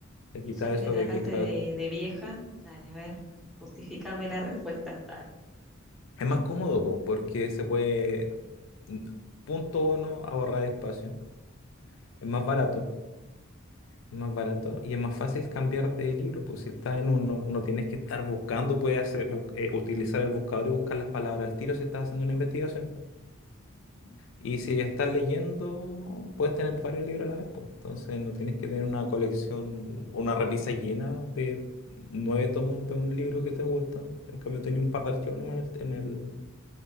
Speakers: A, on the left; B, in the centre.
A: Le
B: Sí,
A: quita
B: ya que
A: eso
B: me trataste
A: de que, claro,
B: de, de vieja, dale, a ver, justifícame la respuesta, dale.
A: es más cómodo po, porque se puede, mm, punto uno, ahorrar espacio. Es más barato.
B: Mm,
A: Es más barato y es más fácil cambiar de libro, pues si estás en uno, no tienes que estar buscando, puedes hacer, bus- eh, utilizar el buscador y buscar las palabras al tiro si estás haciendo una investigación.
B: mm.
A: Y si ya estás leyendo, puedes tener varios libros a la vez, pues. Entonces no tienes que tener una colección, una repisa llena de nueve tomos de un libro que te gusta. En cambio, tenía un par de archivos nomás en el, en el-